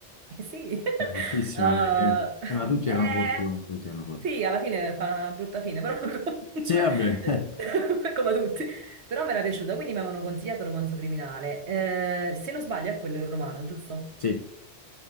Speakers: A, on the right; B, on the left.
A: Eh sì, <laughs>
B: è fortissima
A: Eh,
B: lei, eh. Eh, Ma tutti
A: eh,
B: erano forti, comunque, tutti erano forti.
A: sì, alla fine fa una brutta fine, però <laughs> comunque,
B: Sì, vabbè,
A: eh,
B: eh,
A: <laughs> come tutti, però mi era piaciuta, quindi mi avevano consigliato Romanzo Criminale. Eh, se non sbaglio è quello in romano, giusto?
B: sì.